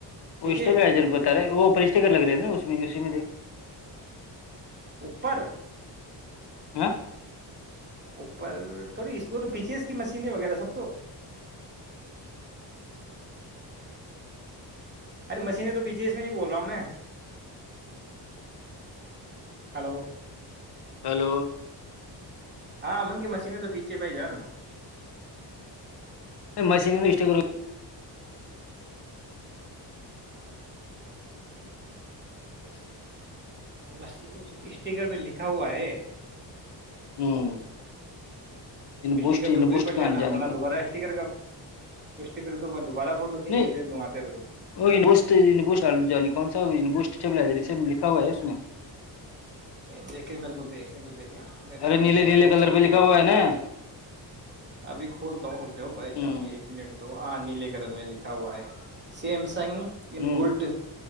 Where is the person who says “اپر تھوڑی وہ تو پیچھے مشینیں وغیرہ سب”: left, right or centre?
Right